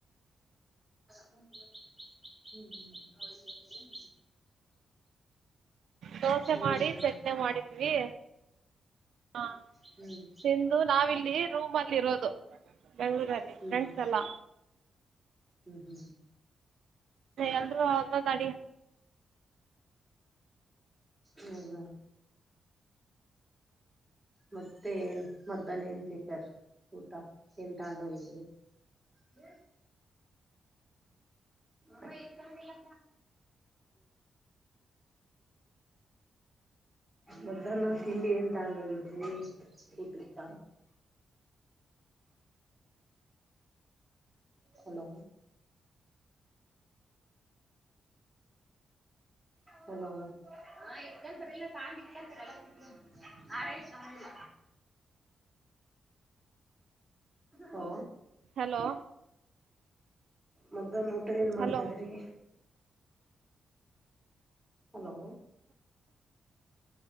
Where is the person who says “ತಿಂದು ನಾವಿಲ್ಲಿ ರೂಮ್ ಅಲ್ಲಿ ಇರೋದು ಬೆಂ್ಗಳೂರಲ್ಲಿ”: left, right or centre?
Right